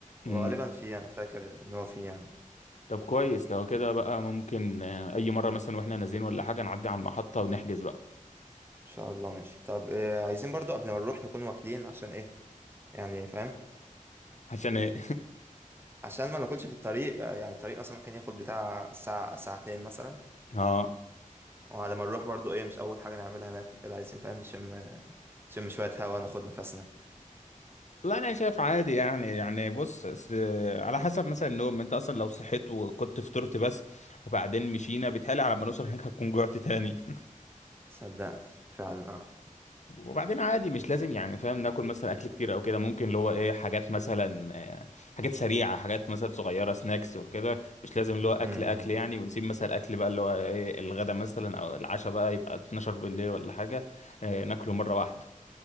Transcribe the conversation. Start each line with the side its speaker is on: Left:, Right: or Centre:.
Left: مم.
Right: هو غالبا فيه انا فاكر ان هو فيه يعني
Left: طب كويس لو كده بقى ممكن آه، اي مره مثلا واحنا نازلين ولا حاجه نعدي على المحطه ونحجز بقى
Right: ان شاء الله ماشي طب آه عايزين برضو قبل ما نروح نكون واكلين عشان ايه يعني فاهم
Left: عشان ايه
Right: عشان ما ناكلش في الطريق آه، يعني الطريق مثلا ممكن ياخد بتاع ساعة ساعتين مثلا
Left: <laughs> اه
Right: وعلى ما نروح برضو ايه مش اول حاجة نعملها ناكل كده عايزين فاهم نشم نشم شوية هوا ناخد نفسنا
Left: لا انا شايف عادي يعني يعني بص أصل- على حسب مثلا النوم انت اصلا لو صحيت وكنت فطرت بس وبعدين مشينا بيتهيألي على ما نوصل هناك هتكون جوعت تاني <laughs>
Right: صدق فعلا اه
Left: وبعدين عادي مش لازم يعني فاهم ناكل مثلا اكل كتير او كده ممكن اللي هو ايه حاجات مثلا آه، حاجات سريعه حاجات مثلا صغيره سناكس وكده مش لازم اللي هو اكل
Right: امم
Left: اكل
Right: إمم.
Left: يعني ونسيب مثلا اكل بقى اللي هو ايه الغدا مثلا او العشاء بقى يبقى 12 بالليل ولا حاجه آه، ناكله مره واحده